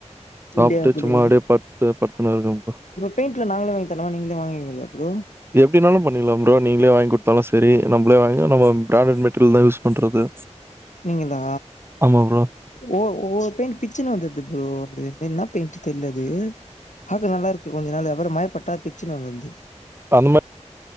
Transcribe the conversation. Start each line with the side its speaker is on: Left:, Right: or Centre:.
Right: சாப்ட்டு
Left: இப்டியா ப்ரோ
Right: சும்மா அப்டியே பட்டு துனு இருக்கே ப்ரோ
Left: பெயிண்ட்ல நாங்களே வாங்கி தரணா நீங்களே வாங்குவீங்ளா ப்ரோ
Right: அப்டினாலு பண்ணிட்லா ப்ரோ நீங்களே வாங்கி குடுத்தாலு சரி நம்ளே வாங் நம்ம <unintelligible> பண்றது
Left: நீங்கலா
Right: ஆமா ப்ரோ
Left: ஓ <unintelligible> பிட்ச்சர் பிச்சன வந்துது ப்ரோ அது எப்டி <unintelligible> ன்ட்டு தெர்லது பாக்க நல்லாருக்கு கொஞ்ச நாளு அப்ற மழ பட்டா பிச்சுன்னு வந்ருந்து
Right: அதுமே